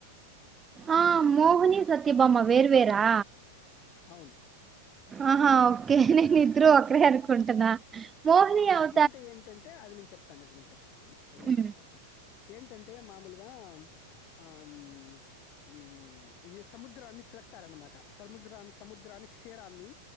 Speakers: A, on the right; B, on the left.
A: ఆ మోహని, సత్యబామ్మా వేర్వేరా.
B: అవును
A: ఆహా ఓకే నీనిద్రు ఒకరే అనుకుంటనా మోహని ఎవ్
B: టే ఏంటంటే అది నేను చెప్తాను. అది నేను చెప్తాను, అది నేను
A: ఉమ్
B: చెప్తాను. ఏంటంటే మామూలుగామ్ ఆమ్ ఉమ్ ఇది సముద్రాన్ని చిలక్తారన్నమాట చముద్రాన్ని, సముద్రాన్ని క్షీరాన్ని